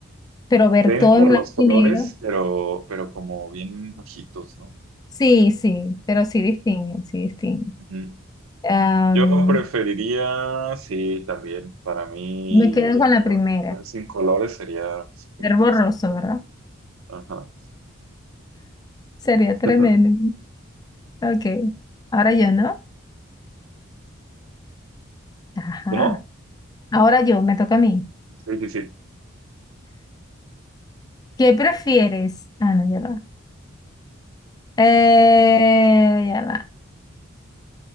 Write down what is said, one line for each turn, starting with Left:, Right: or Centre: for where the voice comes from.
Left: Pero ver
Right: Ven
Left: todo
Right: como
Left: en
Right: los
Left: blanco
Right: colores,
Left: y negro,
Right: pero, pero como bien bajitos, ¿no?
Left: sí, sí, pero sí distinguen, sí distinguen.
Right: Ujú.
Left: Am,
Right: Yo preferiría, sí, también, para mí,
Left: me quedo con la
Right: ah,
Left: primera,
Right: ver sin colores sería súper
Left: ver
Right: triste.
Left: borroso, ¿verdad?
Right: Ajá.
Left: Sería tremendo.
Right: <laughs>
Left: Ok, ahora yo, ¿no? Ajá,
Right: ¿Cómo?
Left: ahora yo, me toca a mí.
Right: Sí, sí, sí.
Left: ¿Qué prefieres? Ah, no, ya va. Eh, ya va.